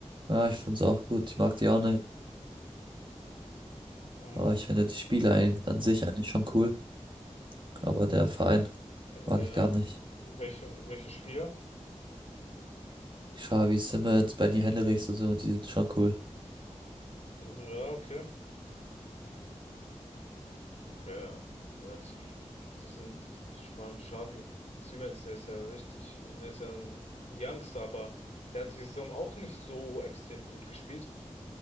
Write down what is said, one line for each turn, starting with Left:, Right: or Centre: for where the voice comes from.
Right: Ja, ich finde es auch gut. Ich mag die auch nicht.
Left: Mhm.
Right: Aber ich finde die Spieler ein, an sich eigentlich schon cool. Aber der Verein
Left: Ja.
Right: mag ich gar nicht.
Left: Welche, welche Spieler?
Right: Xavi, Simmons, Benny Henrichs und so, die sind schon cool.
Left: Ja, okay. Okay, ja. Hört sich, die sind, vor allem Xavi Siemens, der ist ja richtig, der ist ja ein Youngster, aber der hat die Saison auch nicht so extrem gut gespielt.